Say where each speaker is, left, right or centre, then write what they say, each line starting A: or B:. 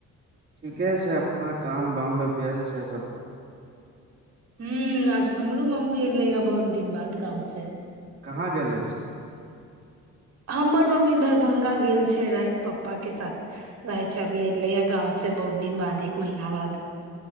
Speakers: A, on the right (about 40°); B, on the right (about 65°).
A: ठीके छै अपना काम वाममे व्यस्त छै सभमे
B: ह आ हमरो मम्मी एलै हे बहुत दिन बाद गाँव से
A: कहाँ गेल
B: हमर मम्मी दरभंगा गेल छै पप्पा के साथ रहै छै अभी एले हे गाँंव से बहुत दिन बाद एक महीना बाद